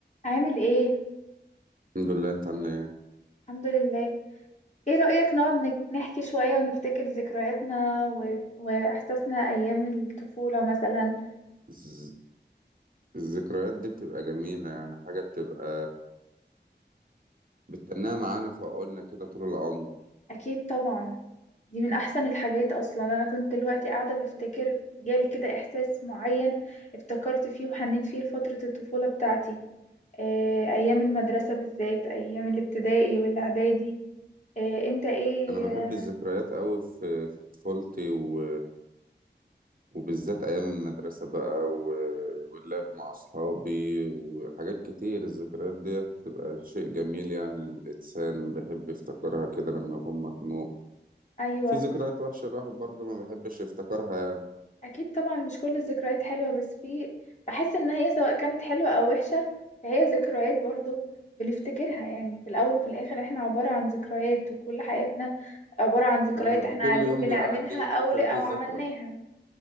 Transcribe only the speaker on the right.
الحمد لله انت عامل ايه
الز- الذكريات دي بتبقى جميلة يعني حاجة بتبقى بتتناها معانا في عقولنا كده طول العمر
انا بحب
الذكريات قوي في في طفولتي و... وبالذات ايام المدرسة بقى و... واللعب مع اصحابي وحاجات كتير الذكريات دي بتبقى شيء جميل يعني الانسان بيحب يفتكرها كده لما يكون مخنوق
في ذكريات وحشة الواحد برضه ما بيحبش يفتكرها يعني,
يعني
كل
يوم
بيعدي انت بتاخديه
ذكرى